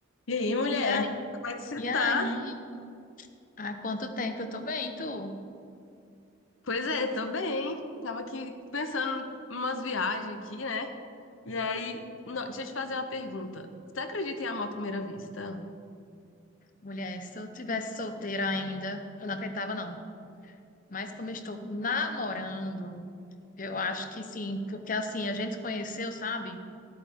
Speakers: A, on the left; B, on the left.
A: E aí, mulher?
B: E aí,
A: Como é que você
B: e aí?
A: tá?
B: Há quanto tempo eu tô bem, tu?
A: Pois é, tô bem. Tava aqui pensando em umas viagens aqui, né? E aí, no- deixa eu te fazer uma pergunta. Você acredita em amor à primeira vista?
B: Mulher, se eu tivesse solteira ainda, eu não acreditava, não. Mas como eu estou namorando, eu acho que sim, porque assim, a gente se conheceu, sabe?